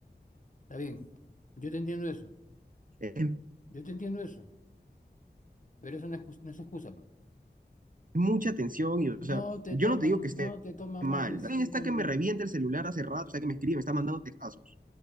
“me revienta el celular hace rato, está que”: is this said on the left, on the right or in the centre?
Right